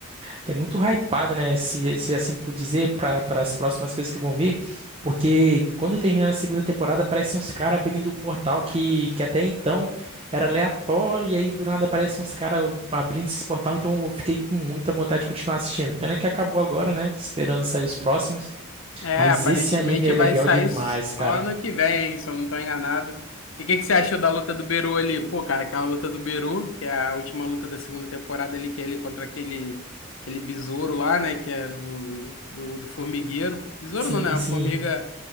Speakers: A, on the right (about 25°); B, on the left (about 60°).
A: É muito hypado, né? Se, se assim por dizer, para as próximas coisas que vão vir. Porque quando terminar a segunda temporada, aparecem uns caras abrindo o portal que, que até então era aleatório, e aí do nada aparecem uns caras abrindo esse portal. Então eu fiquei com muita vontade de continuar assistindo. Pena que acabou agora, né? Esperando sair os próximos.
B: É,
A: Mas
B: aparentemente
A: esse anime é
B: vai
A: legal
B: sair
A: demais,
B: só
A: cara.
B: ano que vem, se eu não tô enganado. E o que que você achou da luta do Beru ali? Pô, cara, aquela luta do Beru, que é a última luta da segunda temporada ali, que é ele contra aquele, aquele besouro lá, né? Que é do, do, do formigueiro. Besouro
A: Sim,
B: não, né? A
A: sim.
B: formiga